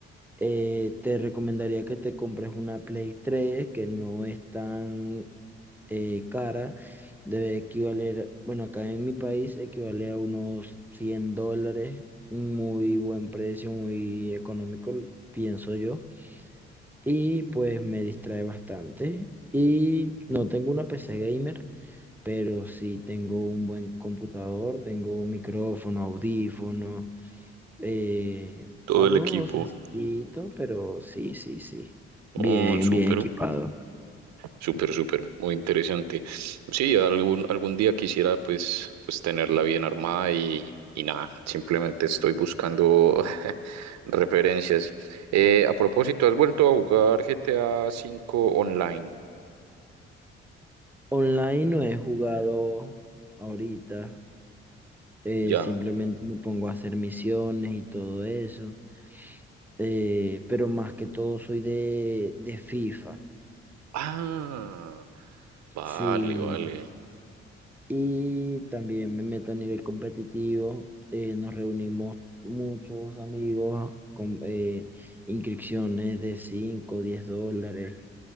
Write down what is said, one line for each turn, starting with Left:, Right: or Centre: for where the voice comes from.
Centre: Eh, te recomendaría que te compres una Play 3 que no es tan eh, cara. Debe equivaler, bueno, acá en mi país equivale a unos 100 dólares. Muy buen precio, muy económico, pienso yo. Y pues me distrae bastante. Y no tengo una PC gamer, pero sí tengo un buen computador, tengo un micrófono, audífonos. Eh,
Right: Todo
Centre: algo
Right: el equipo.
Centre: sencillito, pero sí, sí, sí. Bien,
Right: Oh, súper
Centre: bien equipado.
Right: Súper, súper, muy interesante. Sí, algún, algún día quisiera pues, pues tenerla bien armada y, y nada, simplemente estoy buscando <laughs> referencias. Eh, a propósito, ¿has vuelto a jugar GTA V online?
Centre: Online no he jugado ahorita. eh,
Right: Ya.
Centre: simplemente me pongo a hacer misiones y todo eso. eh, pero más que todo soy de, de FIFA.
Right: Ah, vale,
Centre: Sí.
Right: vale.
Centre: Y también me meto a nivel competitivo. eh, nos reunimos muchos amigos con eh, inscripciones de 5 10 dólares.